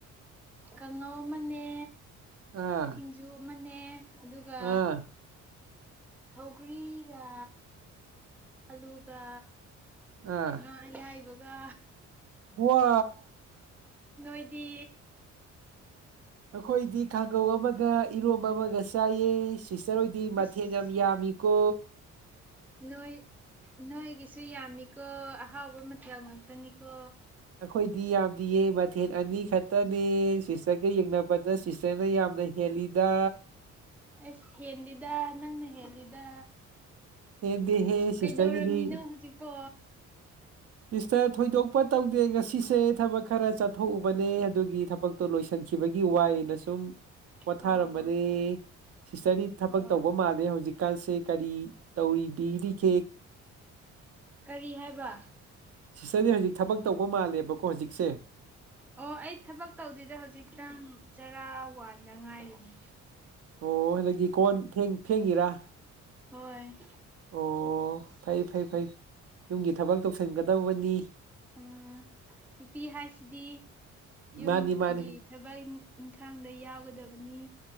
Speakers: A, in the centre; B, on the right.
A: ꯀꯥꯡꯉꯧ ꯑꯃꯅꯦ
B: ꯑꯥ
A: ꯁꯤꯡꯖꯨ ꯑꯃꯅꯦ ꯑꯗꯨꯒ
B: ꯑꯥ
A: ꯁꯧꯒꯔꯤꯒ ꯑꯂꯨꯒ
B: ꯑꯥ
A: ꯉꯥ ꯑꯌꯥꯏꯕꯒ
B: ꯋꯥ
A: ꯅꯣꯏꯗꯤ
B: ꯑꯩꯈꯣꯏꯗꯤ ꯀꯥꯡꯒꯧ ꯑꯃꯒ ꯏꯔꯣꯝ ꯑꯃꯒ ꯆꯥꯏꯌꯦ ꯁꯤꯁꯇꯔ ꯍꯣꯏꯗꯤ ꯃꯊꯦꯜ
A: ꯑꯁ
B: ꯌꯥꯝ ꯌꯥꯝꯃꯤ ꯀꯣ
A: ꯅꯣꯏ ꯅꯣꯏꯒꯤꯁꯨ ꯌꯥꯝꯃꯤꯀꯣ ꯑꯍꯥꯎꯕ ꯃꯊꯦꯜ ꯉꯥꯛꯇꯅꯤꯀꯣ
B: ꯑꯩꯈꯣꯏꯗꯤ ꯌꯥꯝꯅ ꯌꯦꯡ ꯃꯊꯦꯜ ꯑꯅꯤ ꯈꯛꯇꯅꯦ ꯁꯤꯁꯇꯔꯒ ꯌꯦꯡꯅꯕꯗ ꯁꯤꯁꯇꯔꯅ ꯌꯥꯝꯅ ꯍꯦꯜꯂꯤꯗ
A: ꯑꯁ ꯍꯦꯟꯗꯤꯗ ꯅꯪꯅ ꯍꯦꯟꯜꯂꯤꯗ
B: ꯍꯦꯟꯗꯦꯍꯦ ꯁꯤꯁꯇꯔꯒꯤꯗꯤ
A: ꯀꯩꯗꯧꯔꯝꯃꯤꯅꯣ ꯍꯧꯖꯤꯛꯄꯣ
B: ꯁꯤꯁꯇꯔ ꯊꯣꯏꯗꯣꯛꯄ ꯇꯧꯗꯦ ꯉꯁꯤꯁꯦ ꯊꯕꯛ ꯈꯔ ꯆꯠꯊꯣꯛꯎꯕꯅꯦ ꯑꯗꯨꯒꯤ ꯊꯕꯛꯇꯣ ꯂꯣꯏꯁꯤꯟꯁꯤ ꯈꯤꯕꯒꯤ ꯋꯥꯏꯅ ꯁꯨꯝ ꯄꯣꯊꯥꯔꯝꯕꯅꯦ
A: ꯑꯣ
B: ꯁꯤꯁꯇꯔꯗꯤ ꯊꯕꯛ
A: ꯑꯣ
B: ꯇꯧꯕ ꯃꯥꯜꯂꯦ ꯍꯧꯖꯤꯛꯀꯥꯟꯁꯦ ꯀꯔꯤ ꯕꯤꯔꯤ ꯒꯦ
A: ꯀꯔꯤ ꯍꯥꯏꯕ
B: ꯁꯤꯁꯇꯔꯅꯦ ꯍꯧꯖꯤꯛ ꯊꯕꯛ ꯇꯧꯕ ꯃꯥꯜꯂꯦꯕꯀꯣ ꯍꯧꯖꯤꯛꯁꯦ
A: ꯑꯣ ꯑꯩ ꯊꯕꯛ ꯇꯧꯗꯗ ꯍꯧꯖꯤꯛꯇꯪ ꯆꯥꯛ ꯋꯥꯗ ꯉꯥꯏꯔꯤꯅꯤ
B: ꯑꯣ ꯑꯗꯨꯗꯒꯤ ꯀꯣꯟ ꯐꯦꯡ ꯐꯦꯡꯉꯤꯔꯥ
A: ꯍꯣꯏ
B: ꯑꯣ ꯐꯩ ꯐꯩ ꯐꯩ ꯌꯨꯝꯒꯤ ꯊꯕꯛ ꯇꯧꯁꯤꯟꯒꯗꯧꯕꯅꯤ
A: ꯎꯝ ꯅꯨꯄꯤ ꯍꯥꯏꯁꯤꯗꯤ
B: ꯃꯥꯅꯤ
A: ꯌꯨꯝꯒꯤ
B: ꯃꯥꯅꯤ
A: ꯊꯕꯛ ꯏꯪꯈꯥꯡꯗ ꯌꯥꯎꯒꯗꯕꯅꯤ